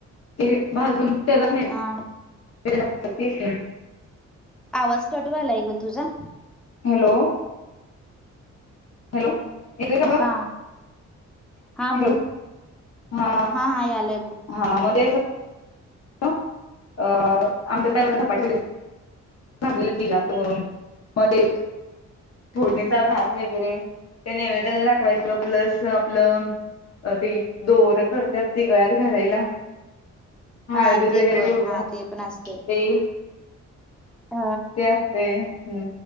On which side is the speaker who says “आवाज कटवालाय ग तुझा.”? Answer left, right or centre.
Centre